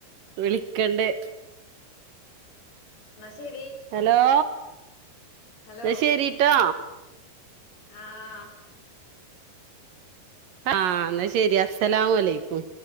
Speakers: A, on the right (about 65°); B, on the left (about 70°).
A: വിളിക്കണ്ട്
B: ന്ന ശരി
A: ഹലോ
B: ഹലോ
A: ന്ന ശരിട്ടോ
B: ആഹ്
A: ആഹ് എന്നാ ശരി അസലാംമു അലൈക്കും